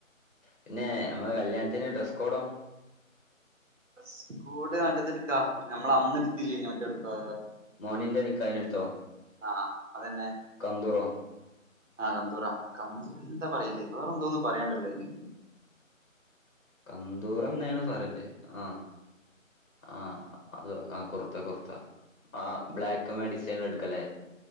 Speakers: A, on the left (about 80°); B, on the right (about 65°).
A: പിന്നെ നമ്മ കല്യാണത്തിന് ഡ്രെസ് കോഡോ
B: സ്കൂട് മറ്റത്തെ എടുക്കാ നമ്മള അന്നെടുത്തില്ലെ മറ്റേ എടുപ്പ്
A: മോണിന്റെ നികഹിനെടുത്തോ
B: ആഹ് അതന്നെ
A: കന്തുറോ
B: ആഹ കന്തൂറ കന്തൂറ എന്താ പറയില്ലേ വേറെ എന്തോന്നും പറയണ്ടല്ലോ അയിന്
A: കന്തൂറെന്നാണ് പറേല്ല് ആ ആ അത ആ കുർത്ത കുർത്ത ആഹ് ബ്ലാക്ക് മെഡിസിനെടുക്കല്ലേ